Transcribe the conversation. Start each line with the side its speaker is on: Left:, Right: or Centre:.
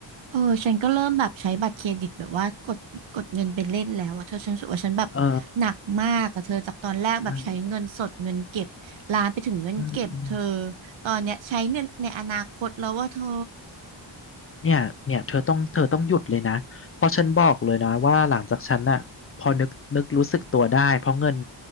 Right: เออฉันก็เริ่มแบบใช้บัตรเครดิตแบบว่ากดกดเงินไปเล่นแล้วอะเธอฉันรู้สึกว่าฉันแบบ
Left: เออ
Right: หนักมากอะเธอจากตอนแรกแบบใช้เงินสดเงินเก็บลามไปถึงเงินเก็บเธอ
Left: ใช่อืม
Right: ตอนเนี้ยใช้เงินในอนาคตแล้วว่าเธอ
Left: เนี่ยเนี่ยเธอต้องเธอต้องหยุดเลยนะเพราะฉันบอกเลยนะว่าหลังจากฉันน่ะพอนึกนึกรู้สึกตัวได้เพราะเงิน